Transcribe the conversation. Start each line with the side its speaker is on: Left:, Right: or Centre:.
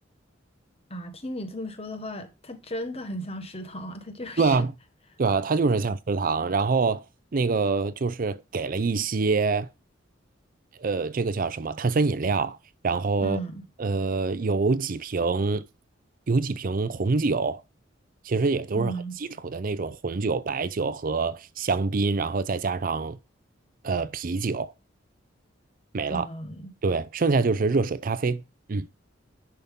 Left: 啊，听你这么说的话，它真的很像食堂啊，它就是
Right: 对啊，
Left: <laughs>
Right: 对啊，它就是像食堂，然后那个就是给了一些，呃，这个叫什么碳酸饮料，然后呃有几瓶
Left: 嗯
Right: 有几瓶红酒，其实也都是很基础的那种红酒、
Left: 嗯
Right: 白酒和香槟，然后再加上呃啤酒没了，
Left: 嗯
Right: 对，剩下就是热水、咖啡，嗯。